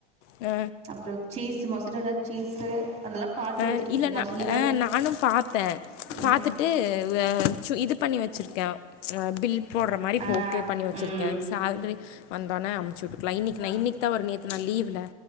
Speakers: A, on the left (about 70°); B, on the right (about 20°).
A: அ
B: அப்புறோ சீஸ் மோசரல்லா சீஸ்ஸு அதெல்லா பாத்து
A: அ
B: வச்சிருக்க
A: இல்ல ந
B: மொஸ் இங்க பாரு
A: ஆ நானும் பாத்தே பாத்துட்டு
B: ம்
A: அ சு இது பண்ணி வச் சிருக்கே அ பில் போடுற மாரி இப்ப
B: ஆ
A: ஓகே பண்ணி வச்சிருக்கே
B: ம்
A: சால்ரி வந்தோன்னே அமுச்ச விட்டுக்கலா இன்னைக்கு நா இன்னைக்கு தா வரு நேத்து நா லீவ்ல